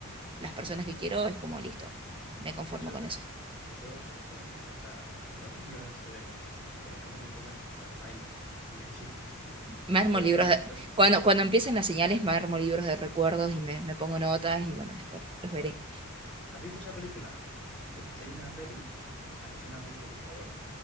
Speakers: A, on the right (about 25°); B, in the centre.
A: las personas que quiero, es como listo. Me conformo
B: Eso hasta,
A: con eso.
B: eso, eso, hasta, hasta que no tengas, eh, eso contando que no tengas Alzheimer. <laughs> Porque si no te,
A: Me armo
B: te ves
A: libros
B: en el
A: de-
B: espejo.
A: Cuando, cuando empiecen las señales, me armo libros de recuerdos y me, me pongo notas y bueno, después los, los veré.
B: ¿Has visto esa película? Eh, Hay una peli, a que si no la has visto, por favor,